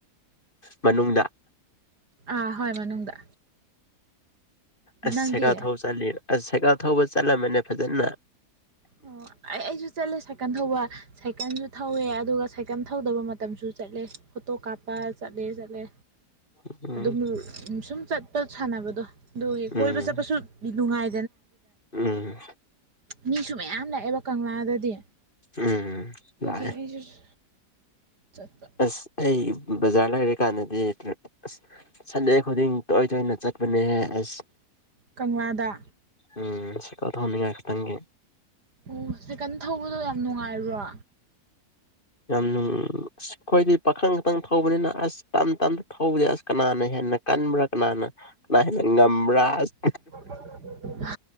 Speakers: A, on the left (about 30°); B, on the right (about 80°).
A: ꯃꯅꯨꯡꯗ
B: ꯑꯥ ꯍꯣꯏ ꯃꯅꯨꯡꯗ
A: ꯑꯁ
B: ꯅꯪꯗꯤ
A: ꯁꯦꯒꯥꯜ
B: ꯑꯣ
A: ꯊꯧ ꯆꯠꯂꯤ ꯑꯁ ꯁꯦꯒꯜ ꯊꯧꯕ ꯆꯠꯂꯝꯃꯅꯦ ꯐꯖꯅ
B: ꯑꯣ ꯑꯩ ꯑꯩꯁꯨ ꯆꯠꯂꯦ ꯁꯥꯏꯀꯟ ꯊꯧꯕ ꯁꯥꯏꯀꯟꯁꯨ ꯊꯧꯋꯦ ꯑꯗꯨꯒ ꯁꯥꯢ ꯀꯩꯝ ꯊꯧꯗꯕ ꯃꯇꯝꯁꯨ ꯆꯠꯂꯦ ꯐꯣꯇꯣ ꯀꯥꯞꯄ ꯆꯠꯂꯦ ꯆꯠꯂꯦ
A: ꯎꯝ
B: ꯑꯗꯨꯝ ꯁꯨꯝ ꯆꯠꯄ ꯁꯥꯟꯅꯕꯗꯣ ꯑꯗꯨꯒꯤ
A: ꯎꯝ
B: ꯀꯣꯏꯕ ꯆꯠꯄꯁꯨ ꯅꯨꯡꯉꯥꯏ
A: ꯎꯝ
B: ꯃꯤꯁꯨ ꯃꯌꯥꯝ ꯂꯥꯛꯑꯦꯕ ꯀꯪꯂꯥꯗꯗꯤ
A: ꯎꯝ
B: ꯑꯗꯨꯒꯤ
A: ꯂꯥꯛꯑꯦ
B: ꯑꯩꯁꯨ ꯆꯠꯄ
A: ꯑꯁ ꯑꯩ ꯕꯖꯥꯔ ꯂꯩꯔꯤꯀꯥꯟꯗꯗꯤ ꯑꯁ ꯁꯟꯗꯦ ꯈꯨꯗꯤꯡ ꯇꯣꯏ ꯇꯣꯏꯅ ꯆꯠꯄꯅꯦꯍꯦ ꯑꯁ
B: ꯀꯪꯂꯥꯗ
A: ꯎꯝ ꯁꯥꯢꯀꯜ ꯊꯧꯅꯤꯡꯉꯥꯏ ꯈꯛꯇꯪꯒꯤ
B: ꯑꯣ ꯁꯥꯢꯀꯟ ꯊꯧꯕꯗꯣ ꯌꯥꯝ ꯅꯨꯡꯉꯥꯏꯕ꯭ꯔꯣ
A: ꯌꯥꯝ ꯅꯨꯡ ꯑꯁ ꯑꯩꯈꯣꯏꯗꯤ ꯄꯥꯈꯪ ꯈꯛꯇꯪ ꯊꯧꯕꯅꯤꯅ ꯑꯁ ꯇꯝ ꯇꯝꯅ ꯊꯧꯕꯖꯦ ꯑꯁ ꯀꯅꯥꯅ ꯍꯦꯟꯅ ꯀꯟꯕ꯭ꯔꯥ ꯀꯅꯥꯅ ꯀꯅꯥ ꯍꯦꯟꯅ ꯉꯝꯕ꯭ꯔꯥ ꯑꯁ
B: <inaudible>